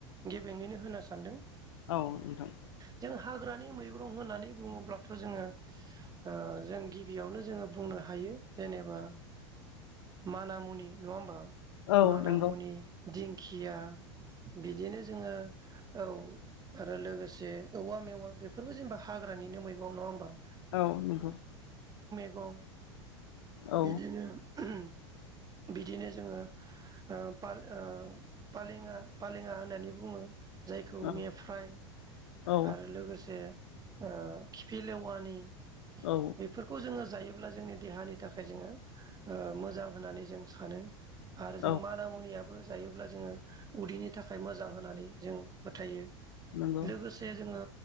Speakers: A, on the right; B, on the left.
A: गेबेङैनो होनो सानदों
B: औ नोंथां
A: जों हाग्रानि मैग्रं होननानै बुङोब्लाथ' जोङो अ जों गिबियावनो जोङो बुंनो हायो यो जेनेबा मानामुनि नङा होमबा
B: औ
A: मानामुनि
B: नंगौ
A: दिंखिया बिदिनो जोङो औ आरो लोगोसे औवा मेवा बेफोरबो जेनेबा हाग्रानि मैगं नङा होनबा
B: औ नंगौ
A: गं
B: औ
A: बिदिनो- बिदिनो जोङो ओ फाल ओ फालेङा - फालेङा होननानै बुङो जायखौ
B: औ
A: मे फ्राइ
B: औ
A: आरो लोगोसे ओ खिफि लेवानि
B: औ
A: बेफोरखौ जोङो जायो अब्ला जोंनि देहानि थाखाय जोङो ओ मोजां होननानै जों सानो आरो जों
B: औ
A: माना मुनियाबो जायोब्ला जोङो उदैनि थाखाय मोजां होननानै जों फोथायो
B: नंगौ
A: लोगोसे जोङो